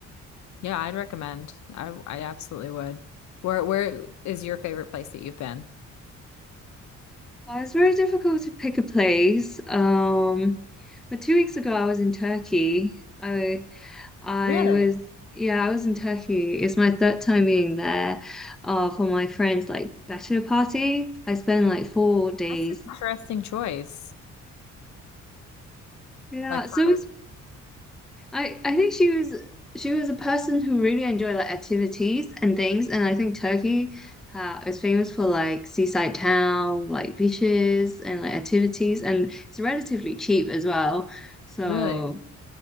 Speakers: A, on the left; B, in the centre.
A: yeah I'd recommend I I absolutely would where where is your favorite place that you've been
B: Well, it's very difficult to pick a place. Um, but two weeks ago, I was in Turkey. I I
A: Really?
B: was yeah, I was in Turkey. It's my third time being there, uh, for my friend's like better party. I spent like four days.
A: That's an interesting choice
B: Yeah,
A: like
B: so
A: for
B: we I I think she was she was a person who really enjoyed like activities and things, and I think Turkey uh, is famous for like seaside town, like beaches and like activities, and it's relatively cheap as well. So
A: really